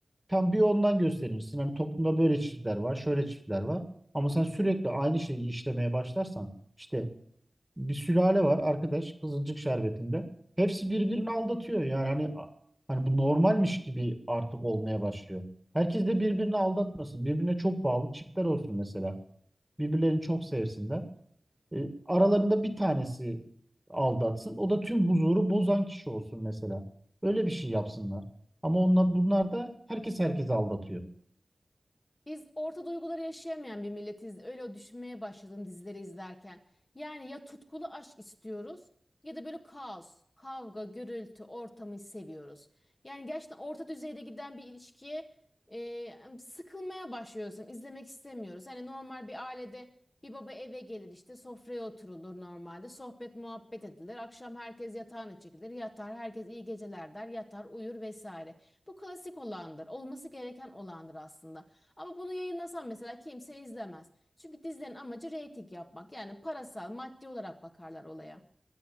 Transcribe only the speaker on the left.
Biz orta duyguları yaşayamayan bir milletiz. Öyle o düşünmeye başladım dizileri izlerken. Yani ya tutkulu aşk istiyoruz ya da böyle kaos, kavga, gürültü ortamı seviyoruz. Yani gerçekten orta düzeyde giden bir ilişkiye e, sıkılmaya başlıyorsun. İzlemek istemiyoruz. Hani normal bir ailede bir baba eve gelir işte sofraya oturulur normalde. Sohbet muhabbet edilir. Akşam herkes yatağına çekilir. Yatar herkes iyi geceler der. Yatar uyur vesaire. Bu klasik olandır. Olması gereken olandır aslında. Ama bunu yayınlasan mesela kimse izlemez. Çünkü dizilerin amacı reyting yapmak. Yani parasal, maddi olarak bakarlar olaya.